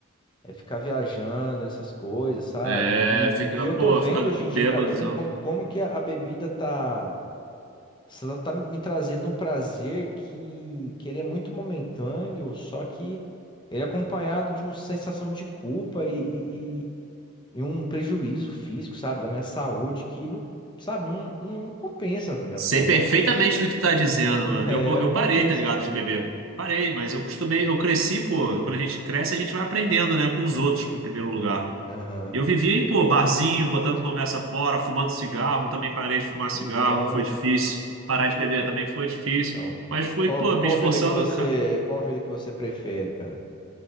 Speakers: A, on the left; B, on the right.
A: é ficar viajando nessas coisas, sabe?
B: É,
A: E,
B: fica,
A: e- e eu
B: pô,
A: tô vendo
B: ficar
A: hoje em dia,
B: bêbado.
A: cara, tô vendo como, como que a, a bebida tá, ela tá me trazendo um prazer que, que ele é muito momentâneo, só que ele é acompanhado de uma sensação de culpa e, e, e- e um prejuízo físico, sabe? Da minha saúde que não, sabe, não, não compensa no fim das
B: Sei
A: contas.
B: perfeitamente
A: É um preço que
B: do que tu tá dizendo,
A: <laughs> é,
B: mano. Eu,
A: não
B: eu
A: compensa.
B: parei, tá ligado, de beber. Parei, mas eu costumei, eu cresci, pô. Quando a gente cresce, a gente vai aprendendo, né, com os outros, em primeiro lugar.
A: Aham.
B: Eu vivia em, pô, barzinho, botando conversa fora, fumando cigarro. Também parei de fumar cigarro,
A: Então,
B: foi difícil. Parar de beber também foi difícil.
A: então.
B: Mas fui,
A: Qual,
B: pô,
A: qual
B: me esforçando,
A: vida que você,
B: cara.
A: qual vida que você prefere, cara?